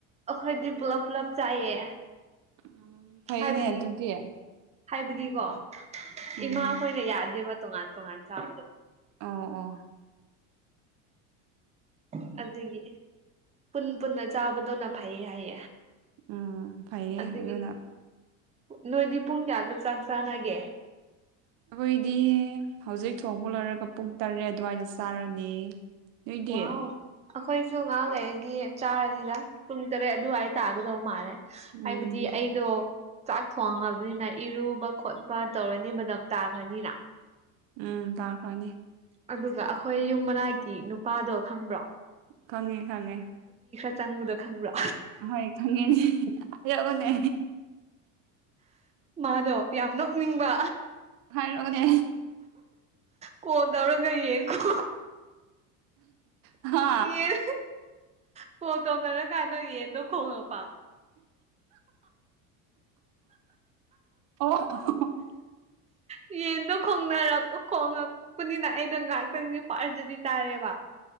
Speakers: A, on the right; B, on the right.
A: ꯑꯩꯈꯣꯏꯗꯤ ꯄꯨꯂꯞ ꯄꯨꯂꯞ ꯆꯥꯏꯌꯦ
B: ꯎꯝ ꯐꯩꯅꯦ
A: ꯍꯥꯏꯕꯗꯤ
B: ꯑꯗꯨꯗꯤ
A: ꯍꯥꯏꯕꯗꯤꯀꯣ
B: ꯎꯝ
A: ꯏꯃꯥꯈꯣꯏꯅ ꯌꯥꯗꯦꯕ ꯇꯣꯉꯥꯟ ꯇꯣꯉꯥꯟ ꯆꯥꯕꯗꯣ
B: ꯑꯣ ꯑꯣ
A: ꯎ ꯑꯗꯨꯒꯤ ꯄꯨꯟ ꯄꯨꯟꯅ ꯆꯥꯕꯗꯣꯅ ꯐꯩꯌꯦ ꯍꯥꯏꯌꯦ
B: ꯎꯝ ꯐꯩꯌꯦ
A: ꯑꯗꯨꯒꯤ
B: ꯑꯗꯨꯅ
A: ꯅꯣꯏꯗꯤ ꯄꯨꯡ ꯀꯌꯥꯒ ꯆꯥꯡ ꯆꯥꯟꯅꯒꯦ
B: ꯑꯩꯈꯣꯏꯗꯤ ꯍꯧꯖꯤꯛ ꯊꯣꯡꯄ ꯂꯣꯏꯔꯒ ꯄꯨꯡ ꯇꯔꯦꯠ ꯑꯗꯨꯋꯥꯏꯗ ꯆꯥꯔꯅꯤ ꯅꯣꯏꯗꯤꯦ
A: ꯋꯥꯎ ꯑꯩꯈꯣꯏꯁꯨ ꯉꯥꯏꯍꯥꯛ ꯂꯩꯒꯤ ꯆꯥꯔꯅꯤꯗ ꯄꯨꯡ ꯇꯔꯦꯠ ꯑꯗꯨꯋꯥꯏ ꯇꯥꯒꯗꯧꯕ ꯃꯥꯜꯂꯦ
B: ꯎꯝ
A: ꯍꯥꯏꯕꯗꯤ ꯑꯩꯗꯣ ꯆꯥꯛ ꯊꯣꯡꯉꯕꯅꯤꯅ ꯏꯔꯨꯕ ꯈꯣꯠꯄ ꯇꯧꯔꯅꯤ ꯃꯇꯝ ꯇꯥꯈ꯭ꯔꯅꯤꯅ
B: ꯎꯝ ꯂꯥꯛꯔꯀꯔꯥꯅꯤ
A: ꯑꯗꯨꯒ ꯑꯩꯈꯣꯏ ꯌꯨꯝ ꯃꯅꯥꯛꯒꯤ ꯅꯨꯄꯥꯗꯣ ꯈꯪꯕ꯭ꯔꯣ
B: ꯈꯪꯉꯦ ꯈꯪꯉꯦ
A: ꯆꯪꯉꯨꯗ ꯈꯪꯕ꯭ꯔꯣ
B: ꯑꯍꯣꯏ ꯈꯪꯉꯦꯅꯦ ꯑ ꯌꯥꯕꯅꯦ
A: ꯃꯥꯗꯣ ꯌꯥꯝ ꯅꯣꯛꯅꯤꯡꯕ
B: ꯍꯥꯏꯔꯛꯑꯣꯅꯦ
A: ꯀꯣ ꯇꯧꯔꯒ ꯌꯦꯀꯣ
B: ꯍꯥ
A: ꯌꯦꯟ ꯈꯣꯡ ꯇꯧꯅꯔꯀꯥꯟꯗꯣ ꯌꯦꯟꯗꯣ ꯈꯣꯡꯉꯛꯄ
B: ꯑꯣ <inaudible>
A: ꯌꯦꯟꯗꯣ ꯈꯣꯡꯅꯔꯛ ꯈꯣꯡꯉꯛꯄꯅꯤꯅ ꯑꯩꯗꯣ ꯉꯥꯏꯍꯥꯛꯇꯪꯅꯦ ꯄꯔꯖꯗꯤ ꯇꯥꯔꯦꯕ